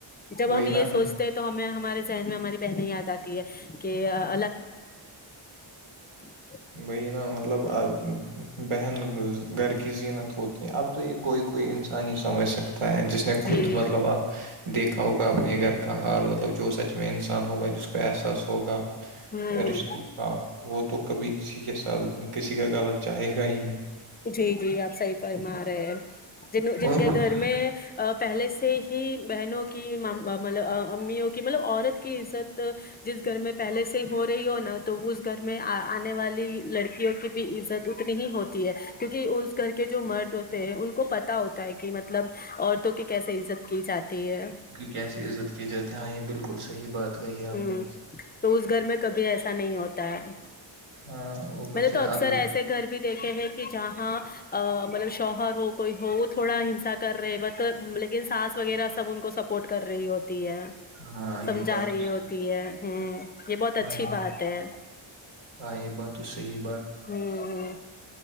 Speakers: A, on the left; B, on the right.
A: جب
B: وہی
A: ہم یہ
B: نا
A: سوچتے تو ہمیں ہمارے ذہن میں ہماری بہنیں یاد آتی ہے <inaudible>
B: بی نا مطلب بہن گھر کی زینت ہوتی ہے اب تو یہ کوئی کوئی انسان ہی سمجھ سکتا ہے جس نے
A: جی
B: خود مطلب آپ دیکھا ہوگا اپنے گھر کا حال مطلب جو سچ میں انسان ہوگا جس کو احساس ہوگا
A: ہوں
B: رشتوں کا وہ تو کبھی کسی کے ساتھ کسی کا گال چاہے گا ہی نہیں
A: جی جی آپ صحیح فرما رہے ہیں جن جن
B: اور
A: کے
B: بس
A: گھر میں پہلے سے ہی بہنوں کی مطلب امیوں کی مطلب عورت کی عزت جس گھر میں پہلے سے ہی ہو رہی ہو نا تو اس گھر میں آنے والی لڑکیوں کی بھی عزت اتنی ہی ہوتی ہے کیونکہ اس گھر کے جو مرد ہوتے ہیں ان کو پت ہوتا ہے کہ مطلب اور کی کیسے عزت کی جاتی ہے
B: کیسی عزت کی جاتی ہاں یہ بالکل صحیح بات کہی آپ
A: ہ
B: نے
A: تو اس گھر میں کبھی ایسا نہیں ہوتا ہے
B: ہاں اوپر
A: میںط نے
B: سے
A: تو اکثر
B: عدل،
A: ایسے گھر بھی دیکھے ہیں کہ جہاں مطلب شوہر ہو کوئی ہو تھوڑا ہنسا کر رہے بت لیکن سانس وغیرہ سب ان کو سب سپورٹ کر رہی ہوتی ہے
B: ہاں یہ
A: سمجھا
B: بات
A: رہی
B: تو
A: ہوتی ہے ہوں یہ بہت اچھی
B: ہاں یہ
A: بات ہے
B: ہاں یہ بات تو صحیح بات
A: ہوں